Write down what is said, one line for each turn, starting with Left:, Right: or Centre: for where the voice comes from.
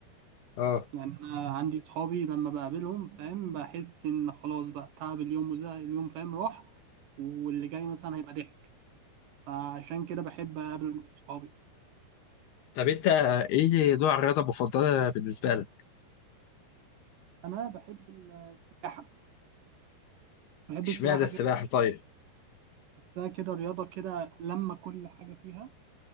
Left: اه
Right: يعني انا عندي صحابي لما بقابلهم فاهم بحس ان خلاص بقى تعب اليوم وزهق اليوم فاهم راح واللي جاي مثلا هيبقى ضحك فعشان كده بحب اقابل صحابي
Left: طب انت ايه نوع الرياضه المفضله بالنسبه لك؟
Right: انا بحب السباحه بحب
Left: اشمعنى
Right: السباحه
Left: السباحه
Right: جدا
Left: طيب؟
Right: بحسها كده رياضه كده لما كل حاجه فيها